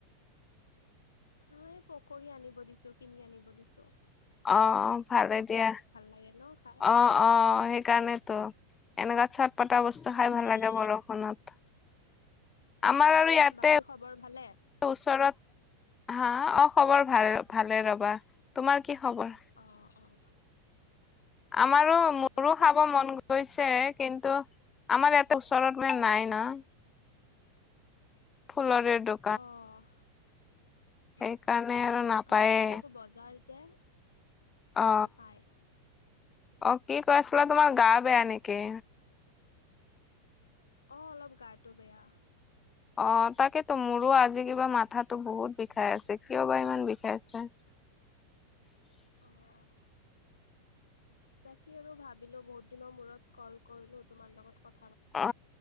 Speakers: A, on the left; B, on the left.
A: নাই পকৰী আনিব দিছো, কিনি আনিব দিছো।
B: অ, অ ভালে দিয়া।
A: লাগে ন খাই
B: অ, অ সেইকাৰণে টো এনেকা চাত পটা বস্তু
A: উম
B: খাই ভাল লাগে বৰষুণত।
A: অঁ
B: আমাৰ আৰু ইয়াতে
A: বাকী খবৰ ভালে?
B: ওচৰত, হা? অ, খবৰ ভাল ভালে ৰ'বা। তোমাৰ কি খবৰ?
A: অ, অ।
B: আমাৰো মোৰো
A: বেমাৰ
B: খাব মন গ গৈছে কিন্তু আমাৰ এতে ওচৰত মানে নাই না। ফুলৰে দো
A: অ, <unintelligible>
B: সেইকাৰণে আৰু নাপায়ে
A: আমাৰ ইয়াতে আকৌ বজাৰ যে সিহঁতে
B: অ
A: পায়।
B: অ, কি কৈ আছিলা তোমাৰ গা
A: অঁ
B: বেয়া নেকি?
A: অ, অলপ গাটো বেয়া।
B: অ, তাকেতো মোৰো আজি কিবা মাথাটো বহুত বিষাই আছে। কিয় বা ইমান বিষাই আছে?
A: অ'। বাকী আৰু ভাবিলো বহুত দিনৰ মূৰত কল কৰিলো, তোমাৰ লগত কথ
B: অ,